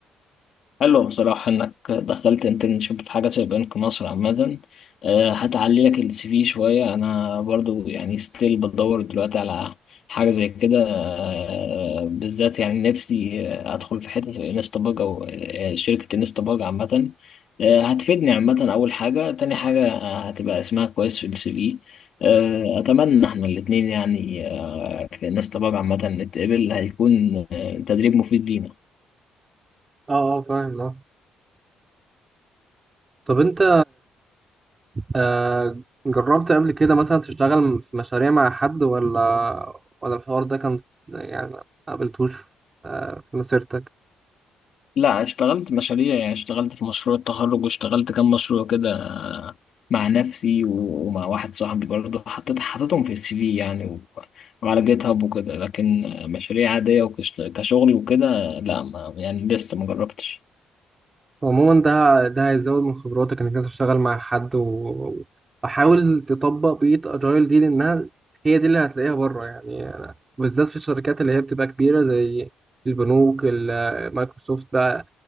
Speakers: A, on the left (about 65°); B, on the right (about 30°).
A: حلو بصراحة إنك دخلت انترنشيب في حاجة زي بنك مصر عامة آه، هتعلي لك السي في شوية أنا برضو يعني ستيل بدور دلوقتي على حاجة زي كده آه، بالذات يعني نفسي آه، أدخل في حتة انستا باج أو آه، شركة انستا باج عامة آه، هتفيدني عامة أول حاجة تاني حاجة آه، هتبقى اسمها كويس في السي في آه، أتمنى إحنا الاتنين يعني آه، كانستا باج عامة نتقبل هيكون آه، تدريب مفيد لينا
B: اه اه فاهم اه طب انت آه جربت قبل كده مثلا تشتغل في مشاريع مع حد ولا ولا الحوار ده كان يعني ما قابلتوش آه في مسيرتك
A: لا اشتغلت مشاريع يعني اشتغلت في مشروع التخرج واشتغلت كام مشروع كده مع نفسي و- ومع واحد صاحبي برضه حطيت حطيتهم في السي في يعني و- وعلى جيت هاب وكده لكن مشاريع عادية وكشغل وكده لا ما يعني لسه ما جربتش
B: عموما ده ده هيزود من خبراتك انك انت تشتغل مع حد و- وحاول تطبق بيئة اجايل دي لانها هي دي اللي هتلاقيها بره يعني أنا- بالذات في الشركات اللي هي بتبقى كبيرة زي البنوك ال- مايكروسوفت بقى